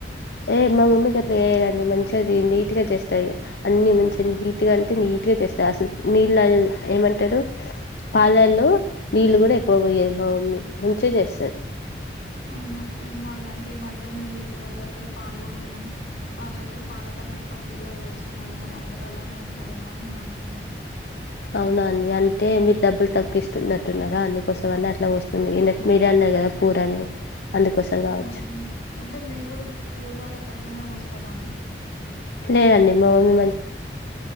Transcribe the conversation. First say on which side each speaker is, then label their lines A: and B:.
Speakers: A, on the left (about 70°); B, on the left (about 85°).
A: ఏ మా మమ్మీ గట్ల జెయ్యదండి మంచిగ ది నీ ట్గ చేస్తది అన్నీ మంచిగ నీటిగా అంటే నీటిగా చేస్తది అసలు నీళ్ళు ఏమంటారు పాలల్లో నీళ్లు కూడ ఎక్కువ పొయ్యదు మా మమ్మీ మంచిగ చేస్తది
B: అవునా ఏమో అండి అంటె ఈ మధ్య మెమ్ వేరే వాళ్ళ దగ్గర పాల్గొంటున్నాం వాళ్ళయితే పాల్ కన్న ఎక్కువ నీళ్ళే వోస్తున్నరు మరి అందర్ అలానే ఉంటారేమో అని నేన్ అనుకున్నా
A: అవునా అండి అంటే మీరు డబ్బులు తక్కువ ఇస్తున్నట్టున్నారా అందుకోసం అని అట్ల పోస్తుంది ఇందక్ మీరే గద పూర్ అని అందుకోసం కావచ్చు
B: ఆ అంటే మీరు గుడ ఇప్పుడు పూర్ వాళ్ళకి అట్లనే పోస్తారా అండి
A: లేదండి మా మమ్మీ